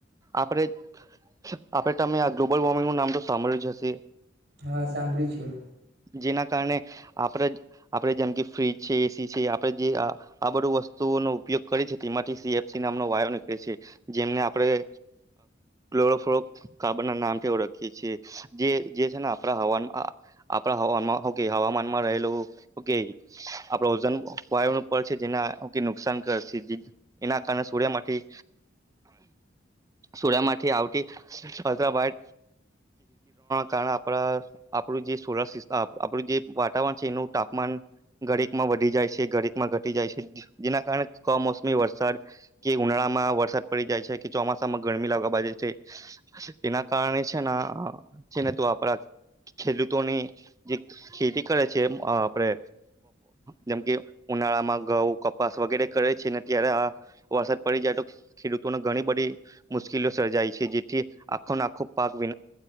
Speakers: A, on the right; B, on the right.
A: આપડે <unintelligible> આપડે તમે આ ગ્લોબલ વોર્મિંગ નું નામ તો સાંભળ્યું જશે
B: હા સાંભળી છે
A: જેના કારણે આપણે આપણે જેમ કે ફ્રીજ છે એસી છે આપણે જે આ બધું વસ્તુઓનો ઉપયોગ કરીએ છ તેમાંથી સીએફસી નામનો વાયો નીકળે છે જેમને આપણે ક્લોરોફ કાર્બન ના નામથી ઓળખીએ છએ જે છે ને આપણા હવામાં આપ ઓકે હવામાનમાં રહેલું ઓકે આપડ ઓજન વાયુ ન પ છે જેના નુકસાન કર છે એના કારણે સૂર્યમાંથી સૂર્ય માંથી આવતીીવા કારણે આપણા આપણું જે સોલ સસ્ટ આપણું જે વાતાવરણ છે એનું તાપમાન ઘરેકમાં વધી જાય છે ઘરેકમાં ઘટી જાય છે જેના કારણે કમોસમી વરસાદ કે ઉનાળામાં વરસાદ પડી જાય છે કે ચોમાસામાં ગરમી લાગવા બા છે એના કારણે છે છેને તો આપડા ખેડૂત ની જે ખેતી કરે છે આપણે જેમ કે ઉનાળામાં ઘઉ કપાસ વગેરે કરે છે ને ત્યારે આ વરસાદ પડી જાય તો ખેડૂતોને ઘણી બધી મુશ્કેલીઓ સર્જાય છે જેથી આખોને આખો પાક વિ